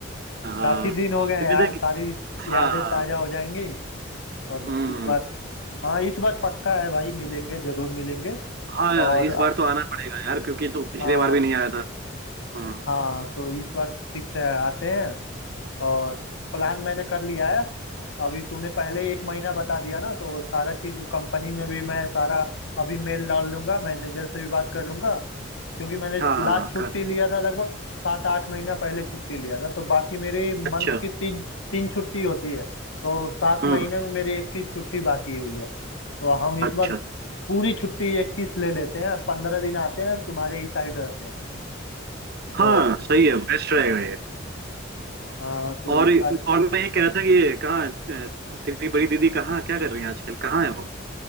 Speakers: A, on the right (about 50°); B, on the left (about 85°).
A: हाँ
B: काफी दिन हो गए
A: क्योंकि
B: यार
A: देख
B: सारी यादें
A: हाँ
B: ताजा हो जाएंगी और इस
A: हम्म
B: बार हाँ इस बार पक्का है भाई मिलेंगे जरूर मिलेंगे
A: हाँ यार,
B: और
A: इस
B: अ,
A: बार तो आना पड़ेगा यार क्योंकि तो पिछले
B: हाँ
A: बार भी नहीं आया था हम्म
B: हाँ तो इस बार फिक्स है आते हैं और प्लान मैंने कर लिया है अभी तूने पहले ही एक महीना बता दिया ना तो सारा चीज कंपनी में भी मैं सारा अभी मेल डाल लूंगा मैनेजर से भी बात कर लूंगा क्योंकि मैंने
A: हाँ हाँ
B: लास्ट
A: हाँ
B: छुट्टी
A: कर
B: लिया था लगभग सात आठ महीना पहले छुट्टी लिया था तो बाकी मेरी
A: अच्छा
B: मंथ की तीन तीन छुट्टी होती है तो सात
A: हम्म
B: महीने
A: हम्म,
B: में मेरी इक्कीस छुट्टी बाकी हुई है तो हम इस
A: अच्छा
B: बार
A: अच्छा
B: पूरी छुट्टी इक्कीस ले लेते हैं पंद्रह दिन आते हैं तुम्हारे ही साइड रहते हैं तो
A: हाँ सही है बेस्ट रहेगा ये
B: हाँ तो
A: और
B: इस बार
A: और मैं ये कह रहा था कि ये कहाँ अ, तेरी बड़ी दीदी कहाँ क्या कर रही है आजकल कहाँ है वो